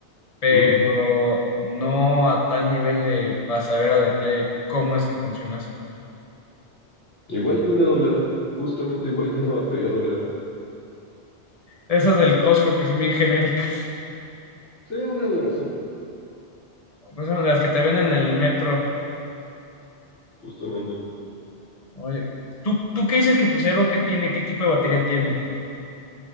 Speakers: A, on the left; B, on the left.
A: pero
B: ¿Mm?
A: no a tal nivel de para saber a detalle cómo es que funcionase.
B: Igual que una doble A. Justamente igual que una batería doble A.
A: Esas del Costco que son bien genéricas,
B: Sí, una Duracell,
A: <laughs> pues son de las que te venden en el metro.
B: justamente.
A: Oye, ¿tú, tú qué dices que tu cerebro qué tiene? ¿Qué tipo de batería tiene?